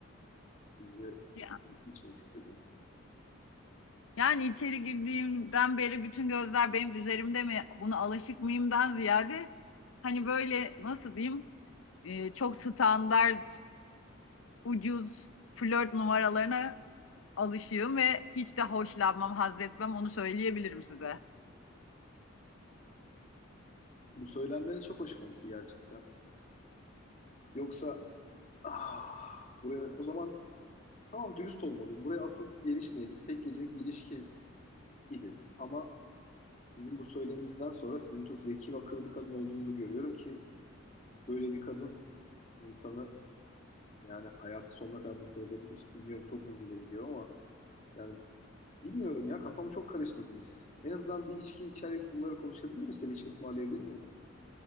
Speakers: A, on the left (about 35°); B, on the left (about 80°).
A: sizle
B: Ya-
A: içmek istedim.
B: Yani içeri girdiğimden beri bütün gözler benim üzerimde mi? Buna alışık mıyımdan ziyade hani böyle nasıl diyeyim e, çok standart ucuz flört numaralarına alışığım ve hiç de hoşlanmam, haz etmem onu söyleyebilirim size.
A: Bu söylemleriniz çok hoşuma gitti gerçekten. Yoksa Ah, buraya o zaman tamam dürüst olmalıyım. Buraya asıl geliş niyetim tek gecelik bir ilişki idi. Ama sizin bu söyleminizden sonra sizin çok zeki ve akıllı bir kadın olduğunuzu görüyorum ki böyle bir kadın insanı yani hayatı sonuna kadar mutlu edebilir. Bilmiyorum çok mu hızlı ileri gidiyorum ama yani bilmiyorum ya kafamı çok karıştırdınız. En azından bir içki içerek bunları konuşabilir miyiz? Size bir içki ısmarlayabilir miyim?